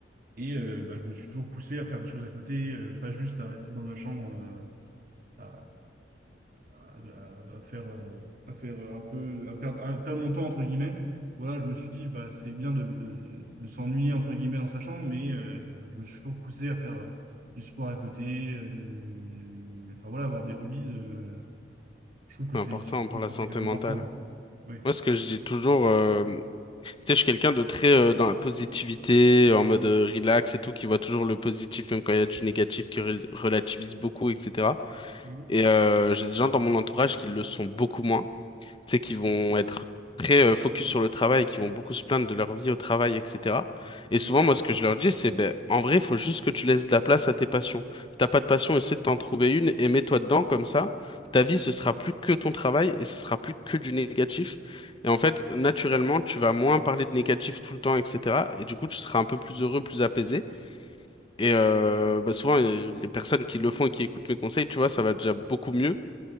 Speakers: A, on the right; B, on the left.
A: Et euh, bah, je me suis toujours poussé à faire des choses à côté, euh, pas juste à rester dans ma chambre, euh, à, à- à- à faire, euh, à faire euh, un peu, à perdre, à perdre mon temps, entre guillemets. Voilà, je me suis dit, bah, c'est bien de, de- de- de s'ennuyer, entre guillemets, dans sa chambre, mais euh, je, je me suis toujours poussé à faire euh, du sport à côté, euh, du... enfin voilà, avoir des hobbies. euh, je trouve que
B: C'est
A: c'est,
B: important
A: je
B: pour
A: trouve
B: la
A: que
B: santé
A: c'est quand même
B: mentale.
A: important, ouais. Ouais.
B: Moi, ce que je dis toujours, euh, Tu sais, je suis quelqu'un de très euh, dans la positivité, en mode euh, relax et tout, qui voit toujours le positif, même quand il y a du négatif, qui re- relativise beaucoup, etc.
A: Mhm.
B: Et euh, j'ai des gens dans mon entourage qui le sont beaucoup moins tu sais, qui vont être très euh, focus sur le travail, qui vont beaucoup se plaindre de leur vie au travail, etc. Et
A: Oui.
B: souvent, moi, ce que je leur dis, c'est, ben, en vrai, il faut juste que tu laisses de la place à tes passions. T'as pas de passion, essaie de t'en trouver une et mets-toi dedans comme ça. Ta vie, ce sera plus que ton travail et ce sera plus que du négatif. Et en fait, naturellement, tu vas moins parler de négatif tout le temps, etc. Et du coup, tu seras un peu plus heureux, plus apaisé. Et euh, bah, souvent, euh, les personnes qui le font et qui écoutent mes conseils, tu vois, ça va déjà beaucoup mieux